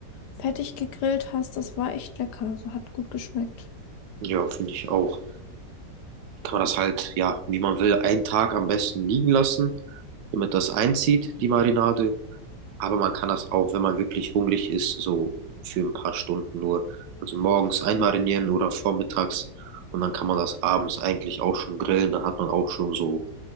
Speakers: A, on the left; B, on the right.
A: fertig gegrillt hast, das war echt lecker. Also, hat gut geschmeckt.
B: Ja, finde ich auch. Kann man das halt, ja, wie man will, einen Tag am besten liegen lassen, damit das einzieht, die Marinade. Aber man kann das auch, wenn man wirklich hungrig ist, so für ein paar Stunden nur, also morgens einmarinieren oder vormittags und dann kann man das abends eigentlich auch schon grillen. Dann hat man auch schon so,